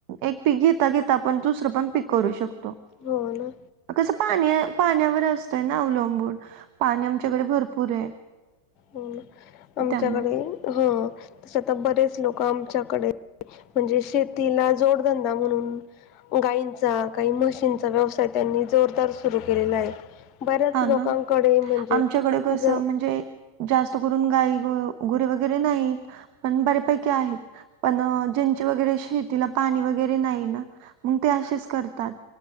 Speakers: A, on the right (about 45°); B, on the left (about 35°).
A: एक पीक घेता घेता आपण दुसरं पण पीक करू शकतो.
B: हो ना.
A: कसं पाणी पाण्यावर असतंय ना अवलंबून पाणी आमच्याकडे भरपूर आहे.
B: हम्म आमच्याकडे
A: त्यामुळे
B: ह तस आता बरेच लोक आमच्याकडे म्हणजे शेतीला जोडधंदा म्हणून. गायींचा काही म्हशीचा व्यवसाय त्यांनी जोरदार सुरू केलेला आहे. बऱ्याच
A: हा
B: लोकांकडे
A: ना.
B: म्हणजे
A: आमच्याकडे कसं
B: ज
A: म्हणजे जास्त करून गाई गुरे वगैरे नाहीत पण बऱेपैकी आहेत. पण ज्यांचे वगैरे शेतीला पाणी वगैरे नाही ना मग ते असेच करतात.